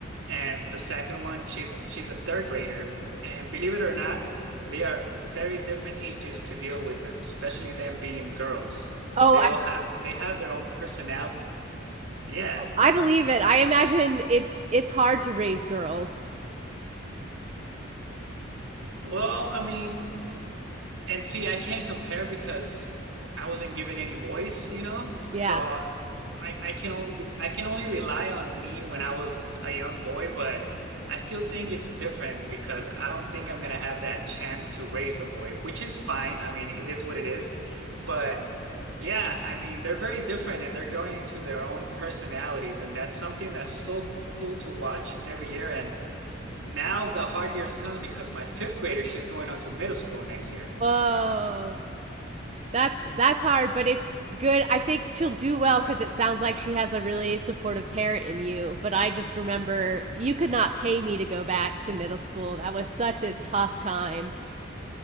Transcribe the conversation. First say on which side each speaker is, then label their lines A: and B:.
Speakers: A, on the right; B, on the right.
A: and the second one, she's she's a third grader. And believe it or not, they are very different ages to deal with them, especially them being girls.
B: Oh,
A: They
B: I
A: all have they have their own personality. Yeah.
B: I believe it. I imagine it's it's hard to raise girls.
A: Well, I mean, And see, I can't compare because I wasn't given any boys, you know? So
B: Yeah.
A: I I can only I can only rely on me when I was a young boy, but I still think it's different because I don't think I'm gonna have that chance to raise a boy, which is fine. I mean, it is what it is. But yeah, I mean, they're very different and they're going into their own personalities, and that's something that's so cool to watch every year. And now the hard years comes because my fifth grader, she's going on to middle school next year.
B: Whoa. That's that's hard, but it's good. I think she'll do well because it sounds like she has a really supportive parent in you. But I just remember you could not pay me to go back to middle school. That was such a tough time.